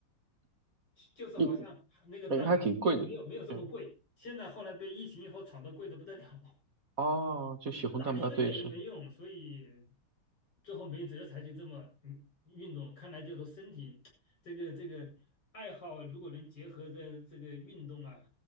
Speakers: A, on the left (about 50°); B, on the right (about 40°).
A: 就是好像那个蛋白没有没有没有这么贵，
B: 嗯，本身还挺贵的。对
A: 现在后来被疫情以后炒得贵得不得了。
B: 哦，就血红蛋白，
A: 打了一个月也都没用，
B: 对是，
A: 所以最后没辙才去这么嗯运动。看来就是身体这个这个爱好，如果能结合着这个运动啊，